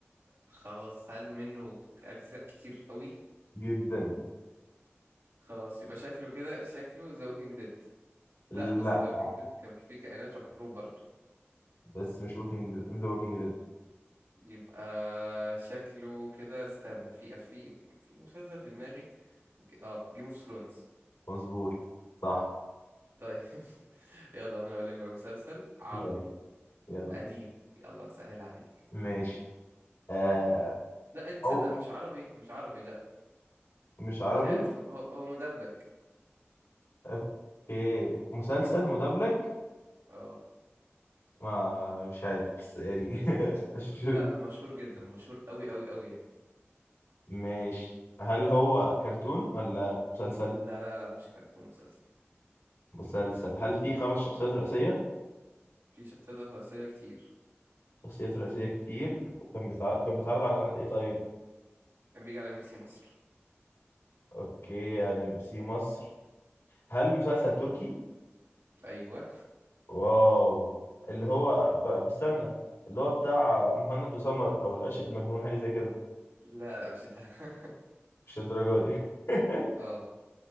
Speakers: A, on the right (about 80°); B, on the left (about 80°).
A: خلاص هل منه اجزاء كتير قوي
B: جدا
A: خلاص يبقى شكله كده شكله ذا ووكينج ديد
B: لا
A: لا بس ذا ووكينج ديد كان فيه كائنات وحروب برضه
B: بس مش ووكينج مش ذا ووكينج ديد
A: يبقى شكله كده استنى في في في مسلسل في دماغي ج- اه جيم اوف ثرونز
B: مظبوط صح
A: طيب <laughs> يلا انا هقول لك بقى مسلسل عربي
B: يلا يلا
A: قديم يلا سهل عليك
B: ماشي آه
A: لا تصدق
B: او
A: مش عربي مش عربي لا
B: مش عربي
A: مش عارف هو, هو مدبلج
B: اوكي مسلسل مدبلج
A: اه
B: ما مش عارف بس يعني <laughs> أشوف.
A: لا لا مشهور جدا مشهور قوي قوي قوي يعني
B: ماشي هل هو كرتون ولا مسلسل
A: لا لا لا مش كرتون مسلسل
B: مسلسل هل في خمس شخصيات رئيسية
A: في شخصيات رئيسية كتير
B: شخصيات رئيسية كتير وكان بيتعرض كان بيتعرض على قناة ايه طيب
A: كان بيجي على ام بي سي مصر
B: اوكي على ام بي سي مصر هل مسلسل تركي
A: ايوه
B: واو اللي هو ب- بستنى اللي هو بتاع مهند وسمر او العشق المجنون حاجة زي كده
A: لا لا مش ده <laughs>
B: مش الدرجة دي <laughs>
A: اه